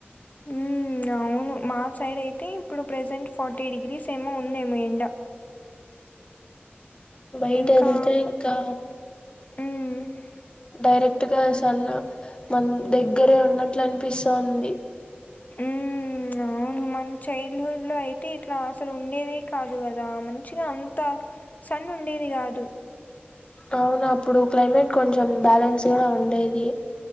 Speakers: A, on the left; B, on the left.
A: ఉమ్ అవును మా సైడ్ అయితే ఇప్పుడు ప్రజెంట్ ఫార్టీ డిగ్రీస్ ఏమో ఉందేమో ఎండ
B: బయట
A: ఇంకా
B: వెళ్తే ఇంకా
A: ఉమ్
B: డైరెక్ట్ గా సన్న మన దగ్గరే ఉన్నట్లు అనిపిస్సాంది
A: ఉమ్ అవును మన చైల్డ్హుడ్ లో అయితే ఇట్లా అసలు ఉండేదే కాదు కదా మ మంచిగా అంత సన్ ఉండేది కాదు
B: అవునా అప్పుడు క్లైమేట్ కొంచెం బ్యాలెన్స్గా ఉండేది